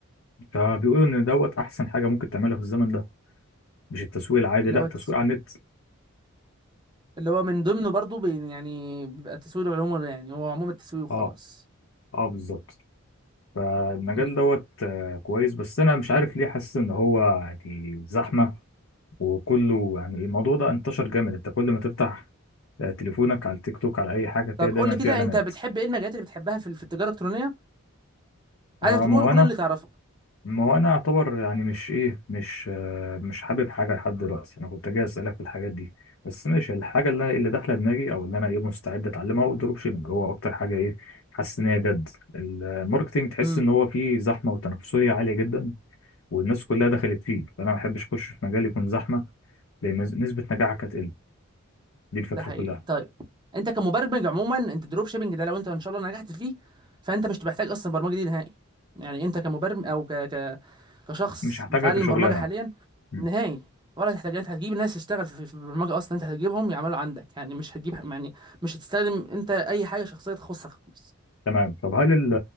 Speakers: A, on the left (about 60°); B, on the right (about 20°).
A: فبيقولوا ان دوت احسن حاجه ممكن تعملها في الزمن ده مش التسويق العادي
B: اللي
A: لا
B: هو التس...
A: تسويق على النت
B: اللي هو من ضمنه برضو بي... يعني بيبقى تسويق العموم يعني هو عموم التسويق وخلاص
A: اه اه بالظبط فالمجال
B: م.
A: دوت آه، كويس بس انا مش عارف ليه حاسس ان هو يعني زحمه وكله يعني الموضوع ده انتشر جامد انت كل ما تفتح آه، تليفونك على التيك توك على اي حاجه تلاقي
B: طب
A: دايما
B: قول لي
A: فيه
B: كده
A: اعلانات
B: انت بتحب ايه المجالات اللي بتحبها في في التجاره الالكترونيه عايزك
A: آه،
B: تقول
A: ما هو
B: كل
A: انا
B: اللي تعرفه
A: ما هو انا اعتبر يعني مش ايه مش آه، مش حابب حاجه لحد دلوقتي انا كنت جاي اسالك في الحاجات دي بس ماشي الحاجه اللي اللي داخله دماغي او اللي انا ايه مستعد اتعلمها هو الدروب شيبنج هو اكتر حاجه ايه حاسس ان هي جد الماركتينج تحس
B: مم.
A: ان هو فيه زحمه وتنافسيه عاليه جدا والناس كلها دخلت فيه فانا ما بحبش اخش في مجال يكون زحمه لان نس- نسبه نجاحك هتقل دي الفكره
B: ده حقيقي
A: كلها
B: طيب انت كمبرمج عموما انت دروب شيبنج ده لو انت ان شاء الله نجحت فيه فانت مش محتاج اصلا برمجه دي نهائي يعني انت كمبرمج او ك... ك... كشخص
A: مش هحتاجها
B: بيتعلم
A: كشغلانه
B: برمجه حاليا
A: مم.
B: نهائي ولا تحتاج انت هتجيب ناس تشتغل في في البرمجه اصلا انت هتجيبهم يعملوا عندك يعني مش هتجيب يعني مش هتستخدم انت اي حاجه شخصيه تخصك خالص
A: تمام طب هل ال-